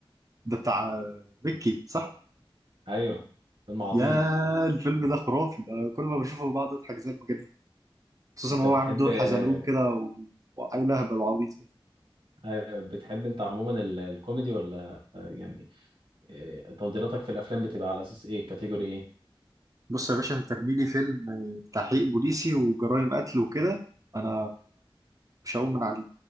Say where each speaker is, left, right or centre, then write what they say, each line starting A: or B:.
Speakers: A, on the right; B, on the right.
A: ده بتاع آه، مكي صح
B: أيوه فيلم عظيم
A: يا الفيلم ده خرافي ده كل ما بشوفه بقعد اضحك زي المجانين خصوصا
B: أنت
A: وهو
B: بتحب
A: عامل دور
B: آه،
A: حزلقوم كده و- وعيل اهبل وعبيط كده.
B: أيوة، بتحب أنت عموما ال- الكوميدي ولا آه، يعني إيه، تفضيلاتك في الافلام بتبقى على اساس ايه كاتيجوري ايه
A: بص يا باشا انت ارمي لي فيلم تحقيق بوليسي وجرائم قتل وكده انا مش هقوم من على